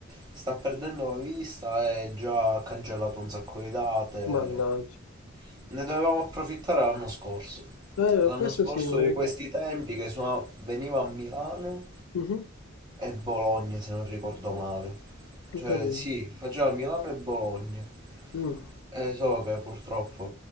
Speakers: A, on the right; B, on the left.
A: sta perdendo la vista e già ha cancellato un sacco di date.
B: Mannaggia.
A: Ne dovevamo approfittare l'anno scorso.
B: Eh,
A: L'anno
B: questo
A: scorso
B: sì, me lo
A: di
B: ricordo.
A: questi tempi che suona- veniva a Milano
B: Mhm,
A: e Bologna, se non ricordo male.
B: Ho
A: Cioè,
B: capito.
A: sì, faceva Milano e Bologna.
B: Mm.
A: Eh, solo che purtroppo